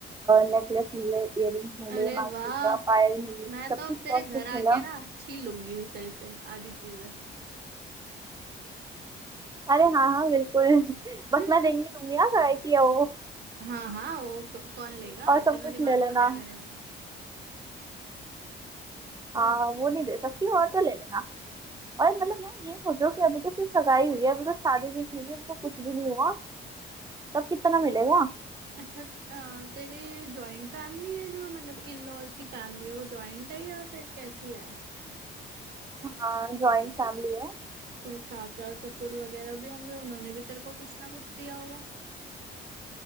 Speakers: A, on the right; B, on the right.
A: नेकलेस मिले इयररिंग्स मिले
B: अरे
A: मांगटीका
B: वाह
A: पायल मिली
B: मैं
A: सब
B: तो अब
A: कुछ
B: तेरे
A: बहुत
B: घर
A: कुछ
B: आके
A: मिला
B: ना छीन लूंगी तेरे से आधी चीजें
A: अरे हाँ हाँ बिल्कुल <laughs>
B: <laughs>
A: बस मैं देंगी दूंगी ना कराई की है वो
B: हाँ हाँ वो क- कौन लेगा
A: और
B: इतना
A: सब कुछ
B: दिमाग
A: ले लेना
B: तो है मेरे में वही
A: हाँ वो नहीं दे सकती और तो ले लेना और मतलब यार ये सोचो कि अभी तो सिर्फ सगाई हुई है अभी तो शादी भी नहीं हुई है, अभी तो कुछ भी नहीं हुआ तब कितना मिलेगा
B: अच्छा अ, तेरे जॉइंट फैमिली है जो मतलब इन लॉज की फैमिली है वो जॉइंट है या फिर कैसी है
A: हाँ जॉइंट फैमिली है
B: तो चाचा ससुर वगैरह भी होंगे उन्होंने भी तेरे को कुछ ना कुछ दिया होगा